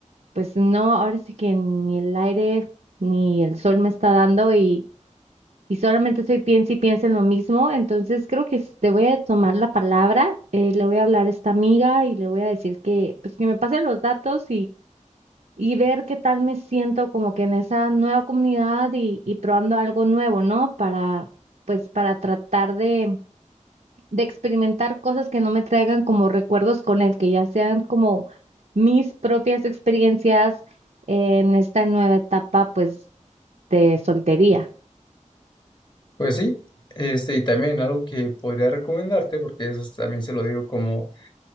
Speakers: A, on the right; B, on the left.
A: pues no, ahora sí que ni el aire ni el sol me está dando y, y solamente estoy piensa y piensa en lo mismo, entonces creo que s- te voy a tomar la palabra, eh, le voy a hablar a esta amiga y le voy a decir que pues que me pase los datos y ver qué tal me siento como que en esa nueva comunidad y, y probando algo nuevo, ¿no? Para, pues, para tratar de, de experimentar cosas que no me traigan como recuerdos con él, que ya sean como mis propias experiencias en esta nueva etapa, pues, de soltería.
B: Pues sí, este, y también algo que podría recomendarte, porque eso también se lo digo como,